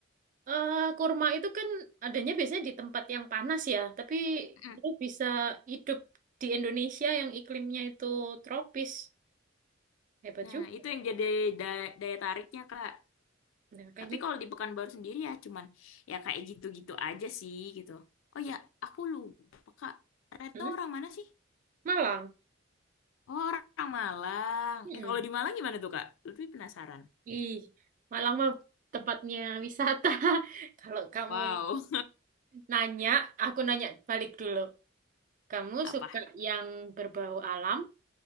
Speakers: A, on the right (about 40°); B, on the left (about 75°).
A: eh, kurma itu kan adanya biasanya di tempat yang panas ya, tapi
B: Mm.
A: dia bisa hidup di Indonesia yang iklimnya itu tropis. Hebat
B: nah
A: juga.
B: itu yang jadi da- daya tariknya Kak
A: Nah, makanya.
B: tapi kalau di Pekanbaru sendiri ya cuman ya kayak gitu-gitu aja sih gitu oh ya aku lupa Kak Retno
A: Hmm.
B: orang mana sih
A: Malang.
B: Oh, orang Malang.
A: mm
B: Eh, kalau di Malang gimana tuh, Kak? Lebih penasaran.
A: Ih, Malang mah tempatnya wisata. <laughs> Kalau kamu
B: Wow.
A: nanya, aku nanya balik dulu. Kamu
B: <laughs> Apa?
A: suka yang berbau alam